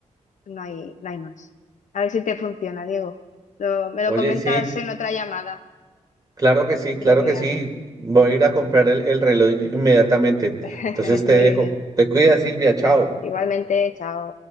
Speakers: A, on the left; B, on the right.
A: no hay, no hay más. A ver si te funciona, Diego. Lo- me
B: Oye,
A: lo comentas
B: sí.
A: en otra llamada,
B: Claro que sí,
A: otro
B: claro
A: día.
B: que sí. Voy a ir a comprar el, el reloj inmediatamente.
A: <laughs>
B: Entonces te
A: Muy
B: dejo.
A: bien.
B: Te cuida, Silvia. Chao.
A: Igualmente, chao.